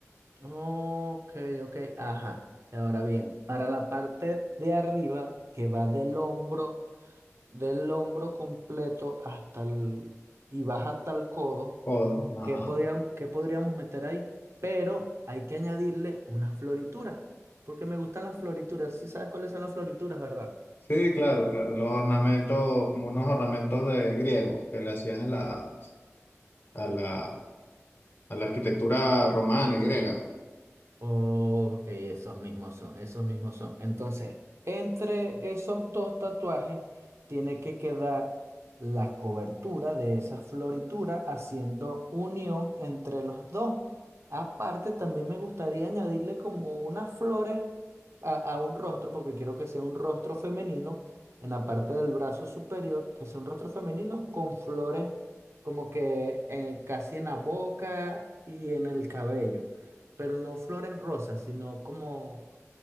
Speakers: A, on the right; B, on the left.
A: Ok, ok, ajá. Ahora bien, para la parte de arriba que va del hombro, del hombro completo hasta el y baja hasta el codo,
B: Todo, ajá.
A: ¿qué podíam- qué podríamos meter ahí? Pero hay que añadirle unas florituras, porque me gustan las florituras. Sí sabes cuáles son las florituras, ¿verdad?
B: Sí, claro, claro. Los ornamentos, como unos ornamentos de griegos que le hacían en la, a la, a la arquitectura romana y griega.
A: Ok, esos mismos son, esos mismos son. Entonces, entre esos dos tatuajes tiene que quedar la cobertura de esa floritura haciendo unión entre los dos. Aparte, también me gustaría añadirle como unas flores a, a un rostro, porque quiero que sea un rostro femenino en la parte del brazo superior, que sea un rostro femenino con flores como que eh, casi en la boca y en el cabello pero no flores rosas, sino como,